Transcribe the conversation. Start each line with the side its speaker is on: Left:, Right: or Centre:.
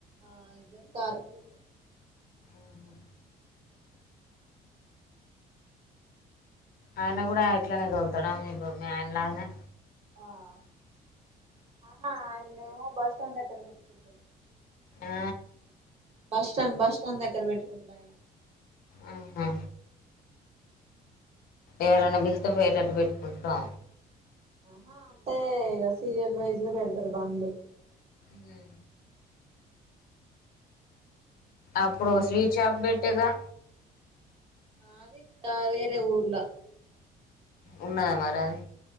Right: ఆ ఇద్దరు కార్ కె
Left: ఆహా. ఆయన కూడా ఇట్లనే దొలుతాడా మీ మీ ఆయన లాగానే
Right: ఆహా ఆయన్ను బస్ స్టాండ్ దగ్గర పెట్టుకున్నారు
Left: ఆ
Right: బస్ స్టాండ్ బస్ స్టాండ్ దగ్గర పెట్టుకుంటుడు ఆయన
Left: ఆహా ఎరైనా బిలిస్తే పోయటట్టు పెట్టుకుంటడా
Right: ఆహా అంటే ఇక సీరియల్ వైజ్ గా పెడతారు బండ్లు
Left: మ్ అప్పుడు స్వీట్ షాప్ పెట్టేగా
Right: అది అది వేరె ఊర్లా
Left: ఉన్నాద మరి అది